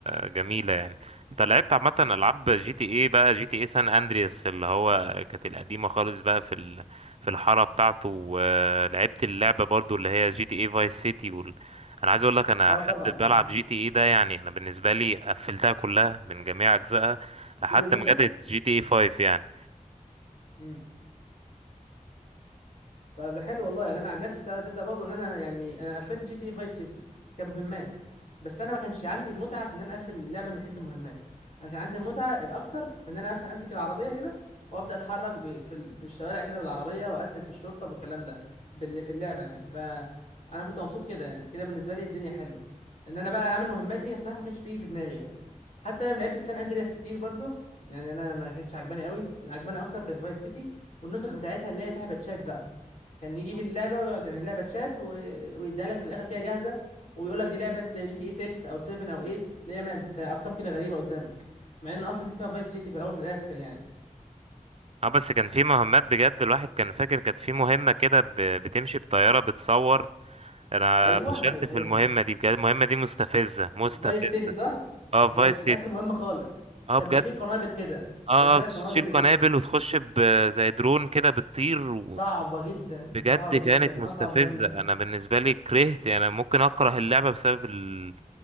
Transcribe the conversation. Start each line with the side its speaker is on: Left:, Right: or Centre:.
Right: آه، جميله يعني انت لعبت عامه العاب جي تي اي بقى جي تي اي سان اندرياس اللي هو كانت القديمه خالص بقى في ال... في الحاره بتاعته ولعبت اللعبه برضو اللي هي جي تي اي فايس سيتي وال... انا عايز اقول لك انا
Left: اه
Right: حد
Left: طبعا اه
Right: بلعب جي تي اي ده يعني انا بالنسبه لي قفلتها كلها من جميع اجزائها لحد
Left: كل النسخ
Right: ما جت جي تي اي 5 يعني
Left: مم. طب ده حلو والله يعني انا عن نفسي تبدا تبدأ برضه ان انا يعني انا قفلت جي تي إيه فايس سيتي كمهمات بس انا ما كانش عندي المتعه في ان انا اقفل اللعبه من حيث المهمات انا كان عندي المتعه الاكتر في ان انا مثلا امسك العربيه كده وابدا اتحرك ب... في ال... في الشوارع كده بالعربيه واقتل في الشرطه بالكلام ده باللي في اللعبه يعني فانا كنت مبسوط كده يعني كده بالنسبه لي الدنيا حلوه ان انا بقى اعمل مهمات دي الصراحه ما كانتش بتيجي في دماغي يعني حتى انا لعبت السان اندرياس كتير برضه يعني انا ما كانتش عجباني قوي اللي عجباني اكتر كانت فايس سيتي والنسخ بتاعتها اللي هي فيها باتشات بقى كان يجيب اللعبه ويقعد يعمل لها باتشات و... ويديها لك في الاخر كده جاهزه ويقول لك دي لعبه جي تي اي 6 او 7 او 8 تلاقي ما انت ارقام كده غريبه قدامك مع ان اصلا دي اسمها فايس سيتي في الاول وفي الاخر يعني
Right: اه بس كان في مهمات بجد الواحد كان فاكر كانت في مهمه كده ب... بتمشي بطياره بتصور انا
Left: ايوه
Right: فشلت
Left: ايوه
Right: في
Left: هي
Right: المهمه
Left: دي
Right: دي بجد المهمه دي مستفزه مستفزه
Left: فايس سيتي صح
Right: اه في
Left: فايس
Right: فايس
Left: سيتي
Right: سيتي
Left: اخر مهمه خالص
Right: اه
Left: كان
Right: بجد
Left: بيشيل قنابل كده
Right: اه
Left: فاكرها
Right: آه، تشيل
Left: القنابل اللي
Right: قنابل
Left: ب...
Right: وتخش ب- زي درون كده بتطير و...
Left: صعبه جدا
Right: بجد
Left: صعبه
Right: كانت
Left: جدا
Right: مستفزه
Left: اصعب مهمه
Right: انا بالنسبه لي كرهت يعني انا ممكن اكره اللعبه بسبب ال...